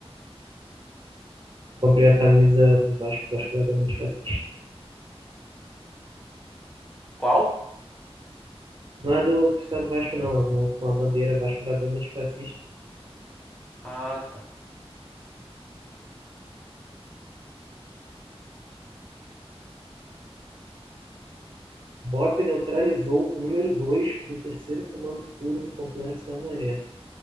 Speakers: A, on the right; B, in the centre.
A: Eu comprei a camisa do Vasco, Vasco da Gama Antifascista.
B: Qual?
A: Não é do oficial do Vasco, não, é uma, com a bandeira Vasco da Gama Antifascista.
B: Ah, tá.
A: BOP neutralizou o número 2 do terceiro comando puro no Complexo da Maré.